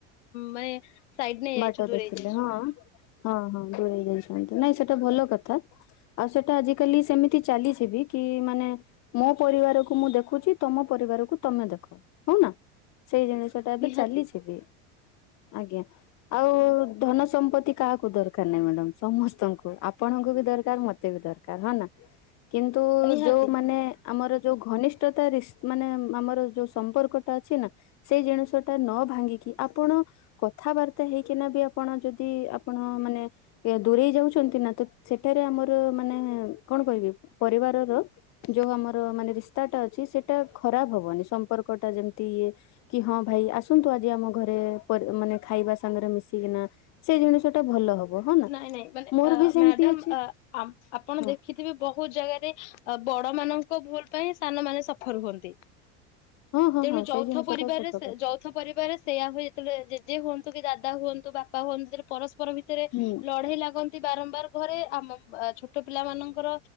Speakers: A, on the left; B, on the left.
A: ମାନେ ସାଇଡ ନେଇ ଯାଇଚୁ
B: ବାଟ
A: ଦୂରେଇ
B: ଦେଖିଲେ
A: ଯାଇଚୁ।
B: ହଁ ହଁ ହଁ ଦୂରେଇ ଯାଇଚନ୍ତି ନାଇଁ ସେଇଟା ଭଲ କଥା। ଆଉ ସେଟା ଆଜିିକାଲି ସେମିତି ଚାଲିଚି ବି କି ମାନେ ମୋ ପରିବାରକୁ ମୁଁ ଦେଖୁଚି ତମ ପରିବାରକୁ ତମେ ଦେଖ। ହଉ ନା ସେଇ ଜିନିଷ ସେଟା ଏବେ
A: ନିହାତି
B: ଚାଲିଚି ବି ଆଜ୍ଞା। ଆଉ ଧନ ସମ୍ପତ୍ତି କାହାକୁ ଦର କାର ନାଇଁ ମ୍ୟାଡ଼ାମ୍ ସମସ୍ତଙ୍କୁ ଆପଣଙ୍କୁ ବି ଦରକାର ମତେ ବି ଦରକାର। ହଁ ନା? କିନ୍ତୁ
A: ନିହାତି
B: ଯୋଉମାନେ ଆମର ଯୋଉ ଘନିଷ୍ଠତା ରି ମାନେ ଆମର ଯୋଉ ସମ୍ପର୍କଟା ଅଛି ନା ସେଇ ଜିନିଷ ଟା ନ ଭାଙ୍ଗିକି ଆପଣ କଥାବାର୍ତ୍ତା ହେଇକିନା ବି ଆପଣ ଯଦି ଆପଣ ମାନେ ଦୂରେଇ ଯାଉଚନ୍ତି ନା ତ ସେଠାରେ ଆମର ମାନେ କଣ କହିବି ପରିବାରର ଯୋଉ ଆମର ମାନେ ରିସ୍ତାଟା ଅଛି ସେଟା ଖରାପ ହବନି ସମ୍ପର୍କ ଟା ଯେମିତି ଇଏ କି ହଁ ଭାଇ ଆସନ୍ତୁ ଆଜି ଆମ ଘରେ ପର ମାନେ ଖାଇବା ସାଙ୍ଗରେ ମିଶିକିନା। ସେ ଜିନିଷ ଟା ଭଲ ହବ ହଁନା
A: ନାଇଁ ନାଇଁ ମାନେ
B: ମୋର
A: ଅ
B: ବି ସେମିତି
A: ମ୍ୟାଡାମ
B: ଅଛି।
A: ଅ ଆ ଆପଣ
B: ହଁ
A: ଦେଖିଥିବେ ବହୁତ ଜାଗାରେ ବଡ ମାନଙ୍କ ଭୁଲ ପାଇଁ ସାନ ମାନ ସଫର ହୁଅନ୍ତି।
B: ହଁ ହଁ
A: ତେଣୁ
B: ହଁ
A: ଯୌଥ
B: ସେଇ ଜିନିଷ
A: ପରିବାରରେ
B: ତ ସତ କଥା
A: ଯୌଥ ପରିବାରରେ ସେଇଆ ହୁଏ ଯେତେବେଳେ ଜେଜେ ହୁଅନ୍ତୁ କି ଦାଦା ହୁଅନ୍ତୁ ବାପା ହୁଅନ୍ତୁ ଯେ ପରସ୍ପର ଭିତରେ
B: ହୁଁ
A: ଲଢ଼େଇ ଲାଗନ୍ତି ବାରମ୍ବାର ଘରେ ଆମ ଛୋଟ ପିଲାମାନଙ୍କର